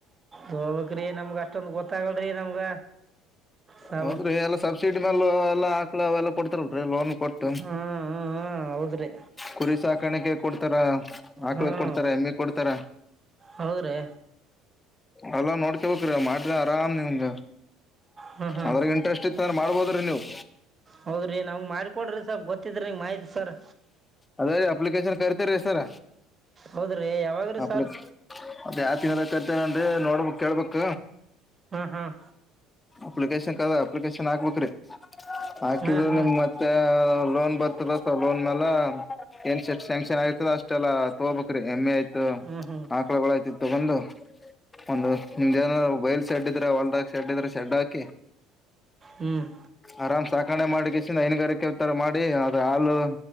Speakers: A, on the right; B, on the left.
A: ಹೋಗಬಕ್ ರಿ ನಮ್ಗ ಅಷ್ಟೊಂದ ಗೊತ್ತಾಗಲ್ರೀ ನಮ್ಗ ಸಾಬ
B: ಹೌದ್ರಿ ಎಲ್ಲಾ ಸಬ್ಸಿಡಿ ಮೇಲ್ಲ ಎಲ್ಲ ಮಕ್ಕಳ ಅವೆಲ್ಲ ಕೊಡ್ತಾರಲ್ರಿ ಲೋನ್ ಕೊಟ್ಟು
A: ಹ್ಮ್ ಹ್ಮ್ ಹ್ಮ್ ಹೌದ್ರಿ
B: ಕುರಿ ಸಾಕಾಣಿಕೆ ಕೊಡ್ತಾರ ಹಾಕ್ಲಿಕ್
A: ಹ್ಮ್
B: ಕೊಡ್ತಾರ ಹೆಮ್ಮಿ ಕೊಡ್ತಾರ
A: ಹೌದ್ರಿ
B: ಅಲ್ಲಾ ನೋಡ್ಕ ಬ್ರ ಮಾಡ್ರೆ ಆರಾಮ್ ನಿಮ್ದ
A: ಹ್ಮ್ ಹ್ಮ್
B: ಅದ್ರೆ ಇಂಟ್ರೆಸ್ಟ್ ಇತ್ತ ಅಂದ್ರೆ ಮಾಡ್ಬೋದ್ರಿ ನೀವು
A: ಹೌದ್ರಿ ನಾವ ಮಾಡ್ಕೊಡ್ರಿ ಸ್ವಲ್ ಗೊತ್ತಿದ್ರಿ ನಿಂಗ ಮಾ್ತಿ ಸರ್
B: ಅದೇ ರೀ ಅಪ್ಲಿಕೇಶನ್ ಕರಿತರೀ ಸರ
A: ಹೌದ್ರಿ ಯಾವಾಗ್ರಿ ಸರ್
B: ಲ ಮದ ಹ ತಿ ೇನಂದ್ರೆ ನೋಡ್ಬಕ್ ಕೇಳ್ಬಕ್
A: ಹ್ಮ್ ಹ್ಮ್
B: ಅಪ್ಲಿಕೇಶನ್ ಅಪ್ಲಿಕೇಶನ್ ಹಾಕ್ಬೇಕ್ರಿ ಹಾಕಿದ್ರ
A: ಹ್ಮ್ ಹ್ಮ್
B: ನಿಮ್ ಮತ್ತ ಲೋನ್ ಬ ದ ಲೋನ್ ಮಲ್ಲ ಏನ್ ಎಷ್ಟ ಶ್ಯಾಂಕ್ಷನ್ ಆಗತದ ಅಷ್ಟ ಇಷ್ಟ ಎಲ್ಲ ತಗೋಬೇಕ್ರಿ ಎಮ್ಮೆ ಆಯ್ತು
A: ಹ್ಮ್ ಹ್ಮ್
B: ಆಕಳಗಳಯ್ತು ತಗೊಂಡು ಒಂದು ನಿಮ್ ಜನ ಬೈಲ್ ಸೆಡ್ ಇದ್ರೆ ಹೊಲ್ಡ್ ಹಾಿ ಶೆಡ್ ಇದ್ರೆ ಶೆಡ್ ಹಾಕಿ
A: ಹ್ಮ್
B: ಆರಾಮ ಸಾ ಆ ಕಣೆ ಮಾಡಿ ಕಸ ಹೈನುಗಾರಿಕೆ ತರ ಮಾಡಿ ಅದ ಹಾಲು